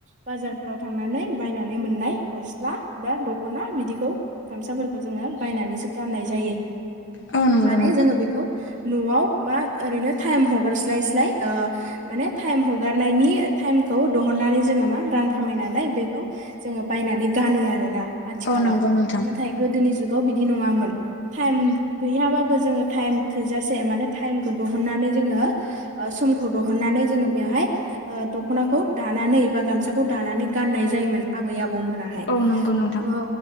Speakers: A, on the right; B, on the left.
A: बाजारफोराव थांनानै बायनानै मोननाय गस स्ला बा दख'ना बिदिखौ गामसाफोरखौ जोङो बायनानैसो गाननाय जायो
B: औ नंगौ
A: माने
B: नोंथां
A: जोङो बेखौ न'आव बा ओरैनो टाइम हगारस्लाय स्लाय ओ माने टाइम हगारनायनि टाइम खौ दिहुननानै जोङो मा रां खामायनानै बेखौ जोङो बायनानै गानो आरोना। आथिखालाव
B: औ नंगौ नोंथां
A: नाथाय गोदोनि जु गाव बिदि नङामोन। थाइम गैया बाबो जों थाइम थोजासे माने थायेम खौ दिहुनानै जोङो ओ समखौ दिहुननानै बेहाय दख'नाखौ दानानै बा गामसाखौ दा नानै गनाय जायोमोन आबै-आबौ मोनाहाय
B: औ नंगौ नोंथां
A: औ